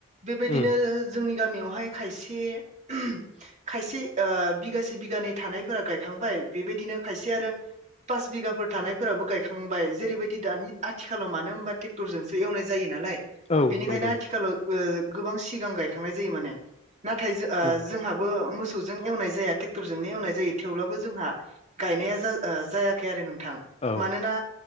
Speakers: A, on the right; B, on the left.
A: बेबायदिनो
B: उम
A: जोंनि गामियावहाय खायसे खायसे ओ बिगासे बिगानै थानायफोरा गायखांबाय बेबायदिनो खायसे आरो पास बिगाफोर थानायफोराबो गायखांबाय जेरैबायदि दानि आथिखालाव मानो होनबा ट्रेक्टरजोंसो एवनाय जायो नालाय बेनिखायनो
B: औ नंगौ
A: आथिखालाव ओ‌ गोबां सिगां गायखांनाय जायो माने नाथाय जो ओ
B: उम
A: जोंहाबो मोस सौजों एवनाय जाया ट्रेक्टर जोंनो एवनाय जायो थेवब्लाबो जोंहा गायनाया जाय ओ जायाखै आरो नों थां
B: औ
A: मानोना